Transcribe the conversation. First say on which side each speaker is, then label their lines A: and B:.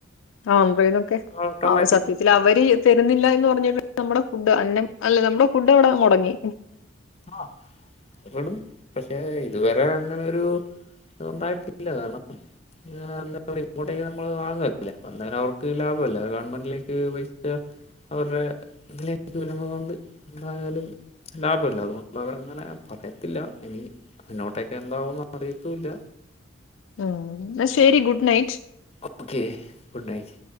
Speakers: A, on the left; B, on the left.
A: ആഹ് ആന്ധ്രെനൊക്കെ
B: ഓട്ടോമാറ്റിക്
A: ആഹ് സത്യത്തി ത്തിൽ അവര് തരുന്നില്ല എന്ന് പറഞ്ഞിട്ട് നമ്മുടെ ഫുഡ് അന്നം അല്ലെ നമ്മുടെ ഫുഡ് അവടെ മൊടങ്ങി
B: ആഹ് അപ്പ് പെടും പക്ഷെ ഇതുവരെ അങ്ങന ഒരു ഒണ്ടായിട്ടില്ല കാരണം പി എന്താ ഇങ്ങോട്ടേക്ക് നമ്മള് വാങ്ങല്ലേ അപ്പ എന്തായാലും അവർക്ക് ലാഭല്ലേ ഗവൺമെന്റിലേക്ക് പൈസ അവരുടെ ഇതിലേക്ക് വരുന്ന കൊണ്ട് എന്തായാലും ലാഭല്ലേ അതുകൊണ്ടവരങ്ങനെ പറയത്തില്ല ഇനി മുന്നോട്ടേക്കെ എന്താവുമന്ന് അറിയത്തൂല്ല
A: ഉം ന്നാ ശരി good night
B: okay good night